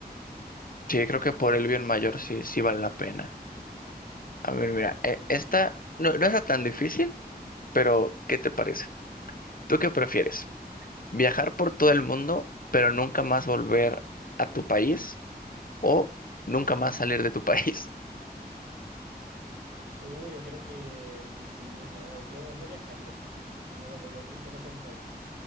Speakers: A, on the left; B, on the right.
A: Sí, creo que por el bien mayor sí, sí vale la pena. A ver, mira, eh, esta no, no es tan difícil, pero ¿qué te parece? ¿Tú qué prefieres? ¿Viajar por todo el mundo, pero nunca más volver a tu país o nunca más salir de tu país? <laughs>
B: Uh, yo creo que sí, no, yo, yo viajaría y no volvería nunca más a mi país.